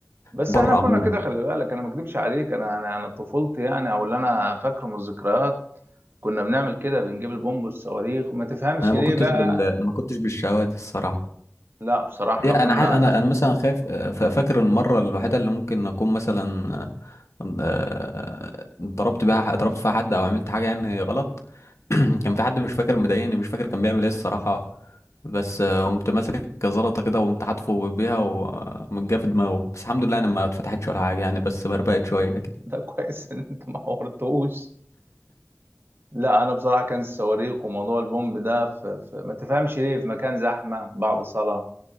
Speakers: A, on the right; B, on the left.
A: بس
B: بره
A: احنا كنا
B: عموما
A: كده خلي بالك انا ما اكدبش عليك انا انا انا طفولتي يعني او اللي انا فاكره من الذكريات كنا بنعمل كده بنجيب البومب والصواريخ وما تفهمش
B: أنا ما
A: ليه
B: كنتش
A: بقى
B: بال ما كنتش بالشواذ الصراحة
A: لا بصراحه احنا
B: هي انا
A: كنا
B: ع- انا انا مثلا خايف آه، ف- فاكر المره الوحيده اللي ممكن اكون مثلا آه، آه، ضربت بيها ضربت فيها حد او عملت حاجه يعني غلط <clears throat> كان في حد مش فاكر مضايقني مش فاكر كان بيعمل ايه الصراحه بس آه، قمت ماسك زلطه كده وقمت حاتفه بيها ومجاه في دماغه بس الحمد لله انا ما اتفتحتش ولا حاجه يعني بس بربقت شويه
A: <laughs>
B: كده
A: ده كويس ان انت ما حورتوش لا انا بصراحه كان الصواريخ وموضوع البومب ده في... في... ما تفهمش ليه في مكان زحمه بعد صلاه